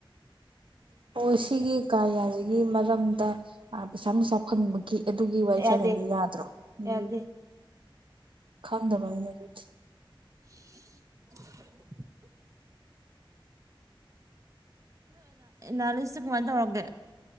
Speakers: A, on the right (about 70°); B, on the right (about 35°).
A: ꯑꯣ ꯁꯤꯒꯤ ꯀꯥ ꯌꯥꯔꯤꯒꯤ ꯃꯔꯝꯗ ꯑ ꯄꯩꯁꯥ ꯅꯨꯡꯁꯥ ꯐꯪꯕꯒꯤ ꯑꯗꯨꯒꯤ ꯋꯥꯔꯤ
B: ꯌꯥꯗꯦ
A: ꯁꯥꯠꯍꯗꯤ ꯌꯥꯗ꯭ꯔꯣ ꯎꯝ
B: ꯌꯥꯗꯦ
A: ꯈꯪꯗꯕꯅꯗꯤ
B: <unintelligible> ꯂ ꯂꯤꯁ ꯀꯃꯥꯏꯅ ꯇꯧꯔꯣꯒꯦ